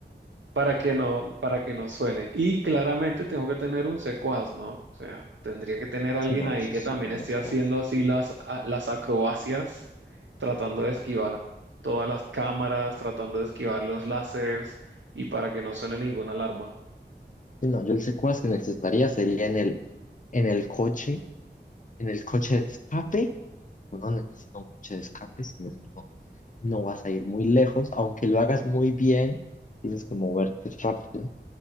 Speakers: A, on the right; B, on the left.
A: para que no, para que no suene. Y claramente tengo que tener un secuaz, ¿no? O sea, tendría que tener alguien
B: Sí, no,
A: ahí
B: eso
A: que
B: solo
A: también
B: no
A: esté
B: se
A: haciendo
B: hace.
A: así las, a- las acrobacias, tratando de esquivar todas las cámaras, tratando de esquivar los láseres y para que no suene ninguna alarma.
B: Sí, no, yo el secuaz que necesitaría sería en el, en el coche, en el coche de escape. Uno necesita un coche de escape, sin eso no, no vas a ir muy lejos, aunque lo hagas muy bien, tienes que moverte rápido.